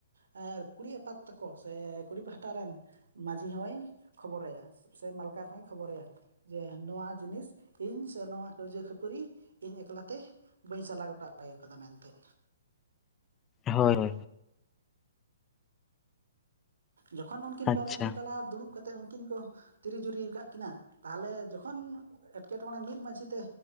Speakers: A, on the right; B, on the left.
A: ᱮᱸ ᱠᱩᱲᱤ ᱟᱯᱟᱛ ᱛᱟᱠᱚ ᱥᱮ ᱠᱩᱲᱤ ᱯᱟᱦᱴᱟ ᱨᱮᱱ ᱢᱟᱡᱷᱤ ᱦᱚᱭ ᱠᱷᱚᱵᱚᱨ ᱟᱭᱟ ᱥᱮ ᱢᱟᱞᱠᱟ ᱦᱚᱸᱭ ᱠᱷᱚᱵᱚᱨᱟᱭᱟ᱾ ᱡᱮ ᱱᱚᱣᱟ ᱡᱤᱱᱤᱥ ᱤᱧ ᱥᱮ ᱱᱚᱣᱟ ᱠᱟᱹᱭᱡᱟᱹ ᱠᱷᱟᱹᱯᱟᱹᱨᱤ ᱤᱧ ᱮᱠᱞᱟᱛᱮ ᱵᱟᱹᱧ ᱥᱟᱞᱟ ᱜᱚᱴᱟ <inaudible> ᱠᱟᱫᱟ ᱢᱮᱱᱛᱮᱫ᱾
B: ᱦᱳᱭ ᱾
A: ᱡᱚᱠᱷᱚᱱ ᱩᱱᱠᱤᱱ
B: ᱟᱪᱪᱷᱟ
A: ᱵᱟᱨ ᱢᱟᱺᱡᱷᱤ ᱛᱟᱞᱟ ᱫᱩᱲᱩᱵ ᱠᱟᱛᱮᱫ ᱩᱱᱠᱤᱱ ᱠᱚ ᱛᱤᱨᱤ ᱡᱩᱨᱤ ᱟᱠᱟᱫ ᱠᱤᱱᱟᱹ ᱛᱟᱦᱚᱞᱮ ᱡᱚᱠᱷᱚᱱ ᱮᱴᱠᱮᱴᱚᱬᱮ ᱢᱤᱫ ᱢᱟᱺᱡᱷᱤ ᱛᱮ